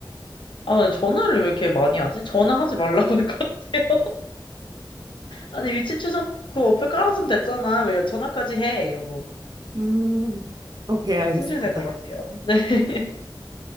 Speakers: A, on the left (about 75°); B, on the right (about 55°).
A: 아, 근데 전화를 왜 이렇게 많이 하지? 전화하지 말라고 할 것 같아요. 아니, 위치 추적 그 어플 깔았으면 됐잖아. 왜 전화까지 해? 이러고.
B: 음, 오케이 알겠습니다.
A: 승질 낼 것 같아요. 네. <laughs>